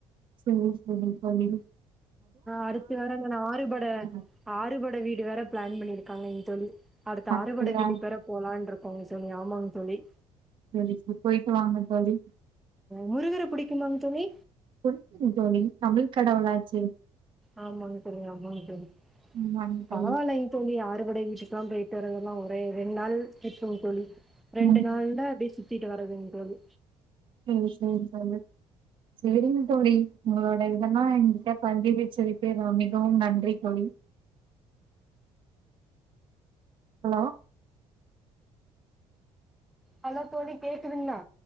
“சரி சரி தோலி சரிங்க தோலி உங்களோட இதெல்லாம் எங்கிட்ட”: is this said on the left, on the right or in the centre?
Right